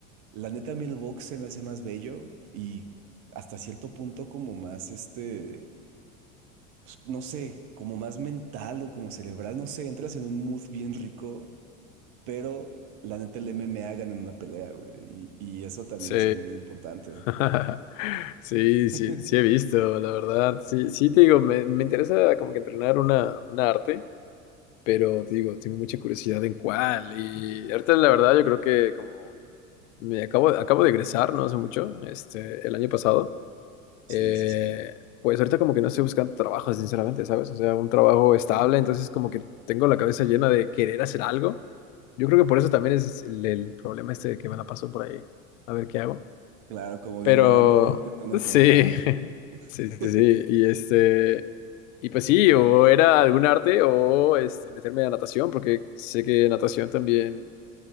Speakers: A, on the right; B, on the left.
A: la neta a mí el box se me hace más bello y hasta cierto punto como más este, pues, no sé, como más mental o como cerebral, no sé, entras en un mood bien rico, pero la neta el MMA gana en una pelea, güey, y, y eso también
B: Sí.
A: es algo bien importante.
B: <laughs> Sí, sí,
A: <laughs>
B: sí he visto, la verdad. Sí, sí te digo, me, me interesa como que entrenar una, una arte, pero te digo, tengo mucha curiosidad en cuál. Y ahorita la verdad yo creo que como me acabo, acabo de egresar, no hace mucho, este, el año pasado.
A: Sí,
B: Eh,
A: sí, sí.
B: pues ahorita como que no estoy buscando trabajo, sinceramente, ¿sabes? O sea, un trabajo estable, entonces como que tengo la cabeza llena de querer hacer algo. Yo creo que por eso también es el, el problema este de que me la paso por ahí, a ver qué hago.
A: Claro, como divagando
B: Pero
A: ahí intentando encontrar,
B: sí,
A: ¿no?
B: <laughs>
A: <laughs>
B: sí, sí, sí. Y este, y pues sí, o era algún arte o este, meterme a natación, porque sé que natación también